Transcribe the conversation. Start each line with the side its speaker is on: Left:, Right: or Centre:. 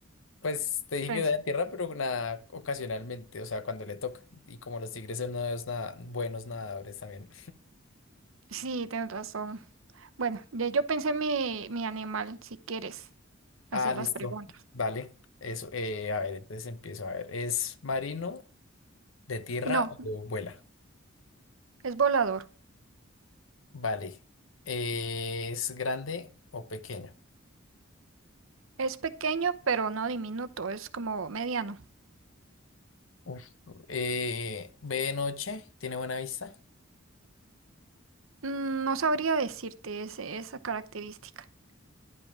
Left: Pues te dije
Right: Pues
Left: que era
Right: sí.
Left: de tierra, pero nada, ocasionalmente, o sea, cuando le toca. Y como los tigres son unos nada, buenos nadadores también.
Right: Sí, tienes razón. Bueno, ya yo pensé mi, mi animal, si quieres
Left: Ah,
Right: hacer
Left: listo.
Right: las preguntas.
Left: Vale. Eso. eh, a ver, entonces empiezo. A ver. ¿Es marino, de tierra
Right: No,
Left: o vuela?
Right: es volador.
Left: Vale. Eh, ¿es grande o pequeño?
Right: Es pequeño, pero no diminuto, es como mediano.
Left: Uf. Eh, ¿ve de noche? ¿Tiene buena vista?
Right: Mm, No sabría decirte ese, esa característica.